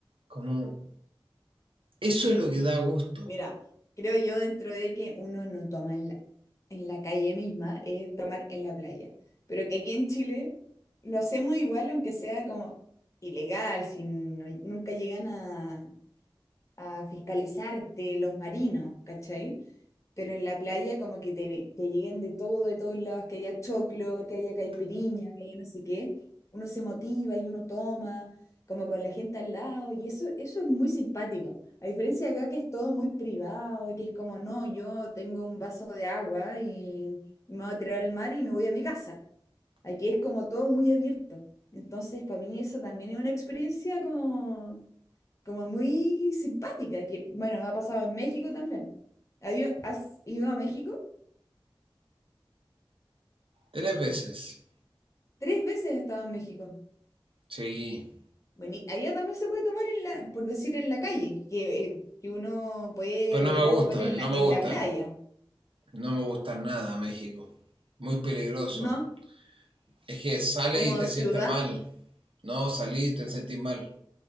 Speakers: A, on the right; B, on the left.
A: Como eso es lo que da gusto.
B: Mira, creo yo dentro de que uno no toma en la, en la calle misma, es tomar en la playa. Pero que aquí en Chile lo hacemos igual, aunque sea como ilegal, si no- nunca llegan a, a fiscalizarte los marinos, ¿cachai? pero en la playa como que te, te lleguen de todo, de todos lados, que haya choclo, que haya caipiriña, que haya no sé qué, uno se motiva y uno toma, como con la gente al lado, y eso, eso es muy simpático. A diferencia de acá que es todo muy privado, que es como, no, yo tengo un vaso de agua y me voy a tirar al mar y me voy a mi casa. Aquí es como todo muy abierto. Entonces, para mí eso también es una experiencia como como muy simpática, que bueno, ha pasado en México también. ¿Ha ido- ¿Has ido a México?
A: Tres veces.
B: Tres veces he estado en México.
A: Sí.
B: Bueno, y allá también se puede tomar en la, por decir, en la calle, que, eh, que uno puede
A: Pero no
B: beber
A: me
B: alcohol
A: gusta,
B: en
A: no
B: la,
A: me
B: en
A: gusta.
B: la playa,
A: No me gusta nada México. Muy peligroso.
B: ¿no?
A: Es que sales
B: Como
A: y te
B: ciudad,
A: sientes mal. No, salí y te sentís mal.